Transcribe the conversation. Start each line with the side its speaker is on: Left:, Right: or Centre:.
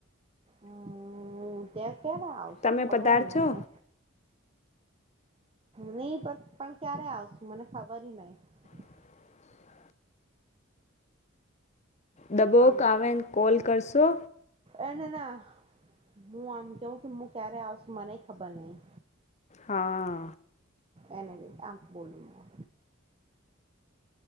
Right: અમ ત્યાં ક્યારે આવશું
Left: તમે
Right: ખબર
Left: પધારજો
Right: નઈ નહી પણ પણ ક્યારે આવશુ મને ખબર ની હોય
Left: <inaudible> દબોક
Right: આમ
Left: આવેને કોલ કરશો?
Right: એને ના મું આમ કેવ કે મું ક્યારે આવશું મને ખબર નહીં.
Left: હા
Right: એને આમ બોલું ના